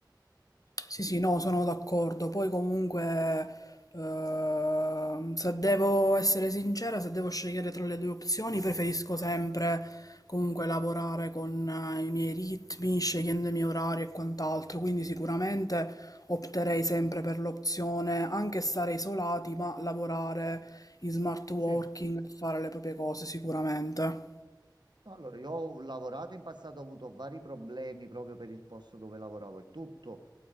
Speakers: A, on the left; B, on the right.
A: Sì, sì, no, sono d'accordo. Poi comunque, ehm, se devo essere sincera, se devo scegliere tra le due opzioni, preferisco sempre comunque lavorare con eh, i miei ritmi, scegliendo i miei orari e quant'altro. Quindi sicuramente opterei sempre per l'opzione, anche stare isolati, ma lavorare in smart working,
B: Sì.
A: fare le proprie cose, sicuramente.
B: No, Allora, io ho lavorato in passato, ho avuto vari problemi proprio per il posto dove lavoravo e tutto.